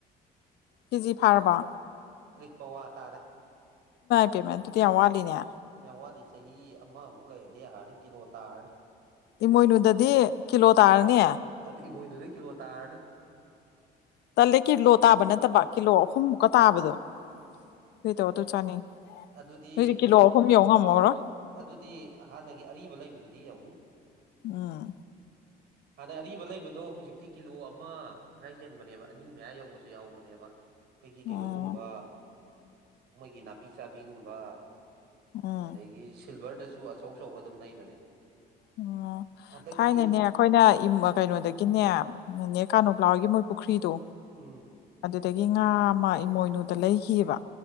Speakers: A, on the left; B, on the right.
A: ꯍꯤꯖꯤ ꯐꯥꯔꯔꯕ
B: ꯄꯧꯋꯥ ꯇꯔꯦ
A: ꯄꯦꯃ ꯑꯗꯨꯗꯤ ꯌꯥꯝ ꯋꯥꯠꯂꯤꯅꯦ
B: ꯌꯥꯋꯥꯗꯁ ꯆꯍꯤ ꯑꯃꯃꯨꯛ ꯂꯩꯔꯗꯤ ꯌꯥꯔꯅꯤ ꯀꯤꯂꯣ ꯇꯥꯔꯅꯤ
A: ꯏꯃꯣꯏꯅꯨꯗꯗꯤ ꯀꯤꯂꯣ ꯇꯥꯔꯅꯤ
B: ꯑꯗꯨꯗ ꯏꯃꯣꯏꯅꯗꯨꯗꯩ ꯀꯤꯂꯣ ꯇꯥꯔꯅꯤ
A: ꯇꯜꯂꯦ ꯀꯤꯂꯣ ꯇꯥꯕ ꯅꯠꯇꯕ ꯀꯤꯂꯣ ꯑꯍꯨꯝꯃꯨꯛꯀ ꯇꯥꯕꯗꯣ ꯀꯩꯗꯧ ꯑꯗꯨ ꯆꯥꯅꯤꯡ
B: ꯑꯗꯨꯗꯤ
A: ꯍꯧꯖꯤ ꯀꯤꯂꯣ
B: ꯑꯗꯨꯗꯤ
A: ꯑꯍꯨꯝ ꯌꯧ ꯉꯝꯃꯕ꯭ꯔꯥ
B: ꯑꯗꯨꯗꯤ ꯍꯥꯟꯅꯒꯤ ꯑꯔꯤꯕ ꯂꯩꯕꯗꯨꯗꯤ ꯌꯧꯅꯤ
A: ꯑꯥ
B: ꯑꯗ ꯑꯔꯤꯕ ꯂꯩꯕꯗꯣ ꯍꯧꯖꯤꯛꯇꯤ ꯀꯤꯂꯣ ꯑꯃ ꯈꯔ ꯍꯦꯟꯕꯅꯦꯕ ꯑꯅꯤ ꯃꯌꯥ ꯌꯧꯕꯁꯨ ꯌꯥꯎꯕꯅꯦꯕ ꯑꯩꯈꯣꯏꯒꯤ ꯀꯩꯅꯣꯒꯨꯝꯕ
A: ꯎꯝ
B: ꯃꯣꯏꯒꯤ ꯅꯥꯄꯤ ꯆꯥꯕꯤꯒꯨꯝꯕ
A: ꯎꯝ
B: ꯑꯗꯒꯤ ꯁꯤꯜꯚꯔꯗꯁꯨ ꯑꯆꯧ ꯑꯆꯧꯕ ꯑꯗꯨꯝ ꯂꯩꯕꯅꯦ
A: ꯎꯝ
B: ꯍꯟꯗꯛꯇꯤ
A: ꯊꯥꯏꯅꯅꯦ ꯑꯩꯈꯣꯏꯅ ꯀꯩꯅꯣꯗꯒꯤꯅꯦ ꯅꯦ ꯀꯥꯅꯣ ꯂꯥꯎꯒꯤ ꯃꯣꯏ ꯄꯨꯈ꯭ꯔꯤꯗꯣ
B: ꯎꯝ
A: ꯑꯗꯨꯗꯒꯤ ꯉꯥ ꯑꯃ ꯏꯃꯣꯏꯅꯨꯗ ꯂꯩꯈꯤꯑꯕ